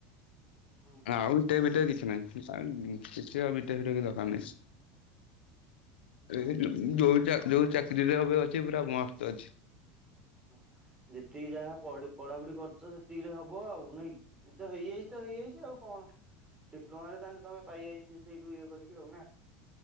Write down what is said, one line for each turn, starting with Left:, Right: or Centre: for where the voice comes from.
Right: ହୁଁ
Left: ଁ ଆଉ
Right: ହୁଁ
Left: ବିଟେକ ଫିଟେକ କିଛି ନାହିଁ। ସା କିଛି ଆଉ ବିଟେକ ଫିଟେକ କିଛି ଦରକାର ନାହିଁ।
Right: ହଁ।
Left: ରାଗିଚ କି ଯୋ ବିଚାର ଯୋଉ ଚାକିରିରେ ଏବେ ଅଛି ପୁରା ମସ୍ତ ଅଛି।
Right: ହ ଯେତିକି ଯାହା ପଢ ପଢାପଢି କରଛ ସେତିକିରେ ହବ ଆଉ ନା କି। ଏଇ ତ ହେଇଯାଇଛି ତ ହେଇଯାଇଛି ଆଉ କଣ। ଡିପ୍ଲୋମାାରେ ତାହେଲେ ତମେ ପାଇ ଯାଇଚ ସେଠ ତମେ ଇଏ କରିକି ଆଉ ନା।